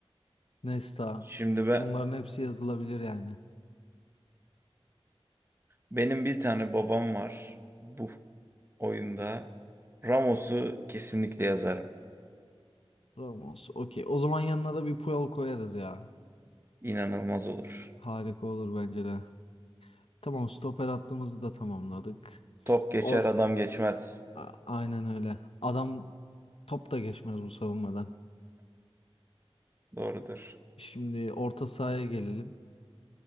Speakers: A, on the left (about 70°); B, on the right (about 25°).
A: Nesta
B: Şimdi ben,
A: bunların hepsi yazılabilir yani.
B: benim bir tane babam var bu oyunda. Ramos'u kesinlikle yazarım.
A: Ramos. Okey. O zaman yanına da bir Puyol koyarız ya.
B: İnanılmaz olur.
A: Harika olur bence de. Tamam stoper hattımızı da tamamladık.
B: Top geçer
A: Or
B: adam geçmez.
A: A- Aynen öyle. Adam top da geçmez bu savunmadan.
B: Doğrudur.
A: Şimdi orta sahaya gelelim.